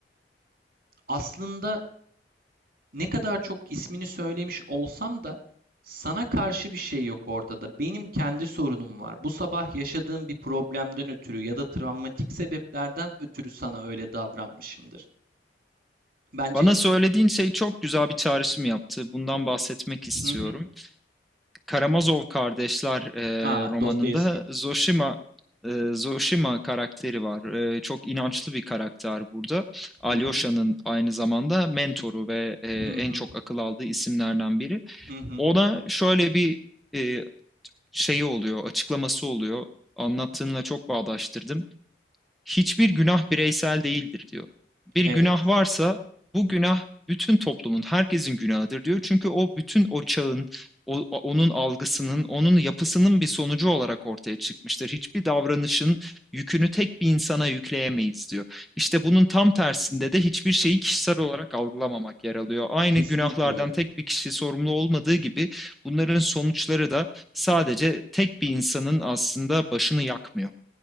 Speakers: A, on the right (about 55°); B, in the centre.
A: aslında ne kadar çok ismini söylemiş olsam da sana karşı bir şey yok ortada. Benim kendi sorunum var. Bu sabah yaşadığım bir problemden ötürü ya da travmatik sebeplerden ötürü sana öyle davranmışımdır. Bence
B: Bana söylediğin şey çok güzel bir çağrışım yaptı. Bundan bahsetmek istiyorum.
A: hı hı.
B: Karamazov Kardeşler e,
A: Aa,
B: romanında
A: Dostoyevski.
B: Zoshima e, Zoshima karakteri var. E, çok inançlı bir karakter burada. Alyosha'nın
A: Hı hı.
B: aynı zamanda mentoru ve e,
A: Hı hı.
B: en çok akıl aldığı isimlerden biri.
A: Hı hı.
B: Ona şöyle bir e, şeyi oluyor, açıklaması oluyor. Anlattığınla çok bağdaştırdım hiçbir günah bireysel değildir diyor. Bir
A: Evet.
B: günah varsa bu günah bütün toplumun, herkesin günahıdır diyor. Çünkü o bütün o çağın, o- onun algısının, onun yapısının bir sonucu olarak ortaya çıkmıştır. Hiçbir davranışın yükünü tek bir insana yükleyemeyiz diyor. İşte bunun tam tersinde de hiçbir şeyi kişisel olarak algılamamak yer alıyor. Aynı
A: Kesinlikle
B: günahlardan
A: öyle.
B: tek bir kişi sorumlu olmadığı gibi bunların sonuçları da sadece tek bir insanın aslında başını yakmıyor.